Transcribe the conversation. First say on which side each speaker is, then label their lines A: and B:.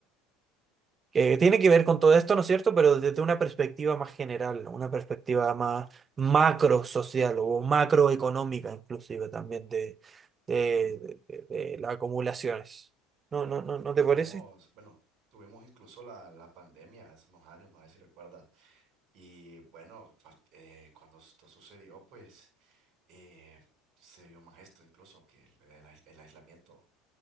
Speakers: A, on the right (about 30°); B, on the right (about 55°).
A: que tiene que ver con todo esto, ¿no es cierto? Pero desde una perspectiva más general, una perspectiva más macro social o macroeconómica inclusive también de, de, de- de- de las acumulaciones. ¿No, no, no, no te
B: Lo
A: parece?
B: vimos, bueno, tuvimos incluso la, la pandemia hace unos años, no sé si recuerdas. Y bueno, fa- eh, cuando esto sucedió, pues eh, se vio más esto incluso que el, el ais- el aislamiento,